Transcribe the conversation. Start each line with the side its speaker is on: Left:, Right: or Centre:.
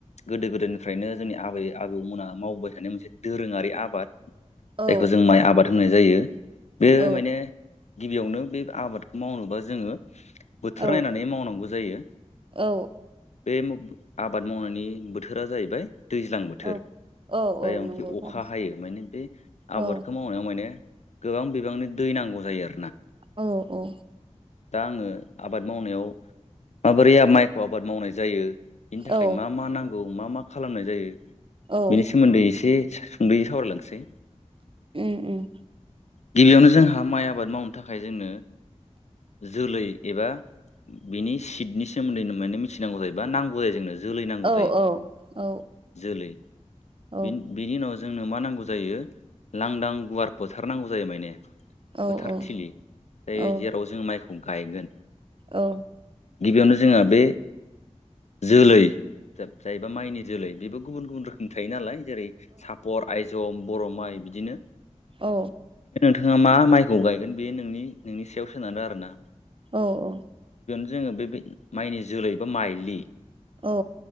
Left: गोदो गोदायनिफ्रायनो जोंनि आबै आबौमोना मावबाय थानाय मोनसे दोरोङारि आबाद।
Right: औ
Left: जायखौ जों माइ आबाद होननाय जायो बेयो
Right: औ
Left: माने गिबियावनो बे आबादखौ मावनोबा जोङो बोथोर
Right: औ
Left: नायनानै मावनांगौ जायो
Right: औ
Left: बे आबाद मावनायनि बोथोरा जाहैबाय दैज्लां बोथोर
Right: औ औ
Left: जायावनोखि
Right: औ नंगौ
Left: अखा
Right: थारै
Left: हायो माने बे आबादखौ
Right: औ
Left: मावनायाव माने गोबां बिबांनि दै नांगौ जायो आरो।
Right: औ औ
Left: दा आङो आबाद मावनायाव माबोरै माइखौ आबाद मावनाय जायो बेनि थाखाय
Right: औ
Left: मा मा नांगौ मा मा खालामनाय जायो
Right: औ
Left: बेनि सोमोन्दै एसे सुंद'यै सावरायलांनोसै ।
Right: उम उम
Left: गिबियावनो जोंहा माइ आबाद मावनो थाखाय जोंनो जोलै एबा बिनि सिटनि सोमोन्दैनो माने मिथिनांगौ जायोबा नांगौ जायो जोंनो । जोलै नांगौ
Right: औ
Left: जायो
Right: औ
Left: जोलै
Right: औ
Left: बिन बिनि उनाव जोंनो मा नांगौ जायो लांदां गुवार फोथारनांगौ जायो माइने ।
Right: औ
Left: फोथारथिलि
Right: औ
Left: जाय
Right: औ औ
Left: जेराव जों माइखौ गायगोन ।
Right: औ
Left: गिबियावनो जोंहा बे जोलै जायबा माइनि जोलै बेबो गुबुन गुबुन रोखोमनि थायो नालाय जेरै सापर आयजम बङ माइ बिदिनो ।
Right: औ
Left: नोंथाङा मा माइखौ गायगोन बे नोंनि नोंनि सायाव सोनारो आरो ना ।
Right: औ औ
Left: जोङो बे बे माइनि जोलै बा माइलि
Right: औ